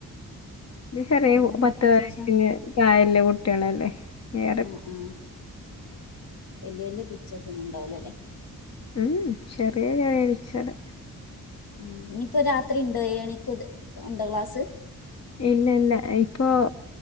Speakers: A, on the left; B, on the left.
A: ഇത് ചെറ്യേ
B: പിന്നെ എന്തൊക്കെയ
A: പത്ത്
B: വിശേഷം
A: വയസ്സിന്റെ താഴെള്ള കുട്ട്യേള്ല്ലേ വേറെ
B: ആഹ് വെല്ല്യ വെല്ല്യ പിച്ചേഴ്സൊന്നും ഉണ്ടാവൂല ലേ
A: ഉം ചെറിയ ചെറിയ പിക്ച്ചറ്
B: ഉം ഇനിയിപ്പോ രാത്രിണ്ടോ ഏഴ്ണിക്ക്ത് ഉണ്ടോ ക്ലാസ്
A: ഇല്ല ഇല്ല ഇപ്പൊ